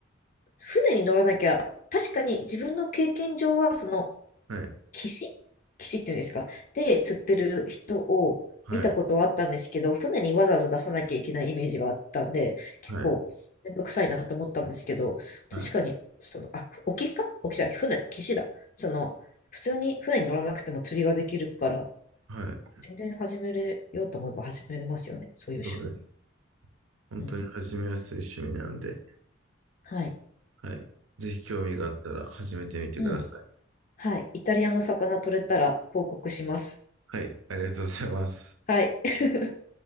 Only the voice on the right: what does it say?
はい、
はい、
はい、
はい、
はい。
そうです。本当に始めやすい趣味なので、
はい。ぜひ興味があったら始めてみてください。
はい。ありがとうございます。